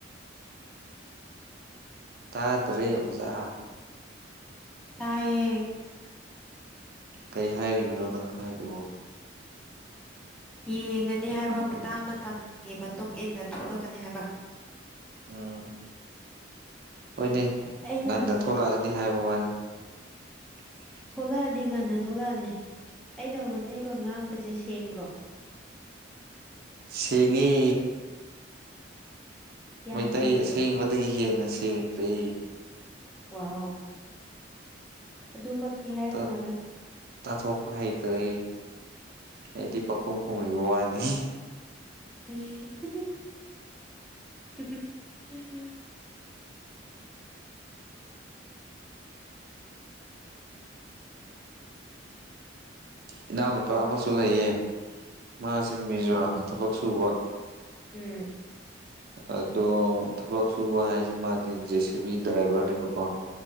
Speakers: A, on the right (about 55°); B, in the centre.
A: ꯇꯥꯗ꯭ꯔꯦ ꯑꯣꯖꯥ
B: ꯇꯥꯏꯌꯦ
A: ꯀꯩ ꯍꯥꯏꯔꯤꯕꯅꯣ ꯅꯪ ꯍꯥꯏꯗꯨꯕꯣ
B: ꯌꯦꯡꯉꯅꯤ ꯍꯥꯏꯕ ꯃꯇꯥꯡ ꯃꯇꯝꯒꯤ ꯃꯇꯨꯡ ꯏꯟꯅ ꯊꯣꯛꯂꯛꯀꯅꯤ ꯍꯥꯏꯕ
A: ꯎꯨꯝ ꯍꯣꯏꯅꯦ
B: ꯑꯩꯅ
A: ꯉꯟꯅ ꯊꯣꯛꯂꯛꯑꯗꯤ ꯍꯥꯏꯕ ꯋꯥꯅꯤ ꯇꯥ
B: ꯊꯣꯛꯂꯛꯑꯗꯤ ꯉꯟꯅ ꯊꯣꯛꯂꯛꯑꯅꯤ ꯑꯩꯅ ꯃꯩꯇꯩꯂꯣꯟ ꯉꯥꯡꯕꯁꯦ ꯁꯦꯡꯕ꯭ꯔꯣ
A: ꯁꯤꯒꯤ
B: ꯀꯌꯥꯝ
A: ꯃꯩꯇꯩ
B: ꯁꯦꯡꯒꯦ
A: ꯑꯁꯦꯡꯕꯗꯒꯤ ꯍꯦꯟꯅ ꯁꯦꯡꯈ꯭ꯔꯦ
B: ꯋꯥꯎ ꯑꯗꯨꯃꯛꯇꯤ ꯍꯥꯏꯔꯛꯀꯅꯣꯗ
A: ꯇ ꯇ ꯊꯣꯛꯄ ꯍꯩꯈꯔ꯭ꯦ ꯑꯩꯗꯤ ꯄꯈꯨꯝ
B: ꯎꯝ
A: ꯀꯨꯝꯕꯤꯕ ꯋꯥꯅꯤ
B: ꯍꯤ ꯎꯨꯝ ꯍ ꯍ ꯎꯨꯝ
A: ꯏꯅꯥꯎꯅꯨꯄꯥ ꯑꯃꯁꯨ ꯂꯩꯌꯦ ꯃꯥꯁꯤꯦꯢ ꯃꯤꯖꯣꯔꯥꯝꯗ ꯊꯕꯛ ꯁꯨꯕ
B: ꯎꯨꯝ
A: ꯑꯗꯣ ꯊꯕꯛ ꯁꯨꯕ ꯍꯥꯏꯁꯦ ꯃꯥꯗꯤ ꯖꯦ ꯁꯤ ꯕꯤ ꯗ꯭ꯔꯥꯏꯚꯔꯅꯦꯕꯀꯣ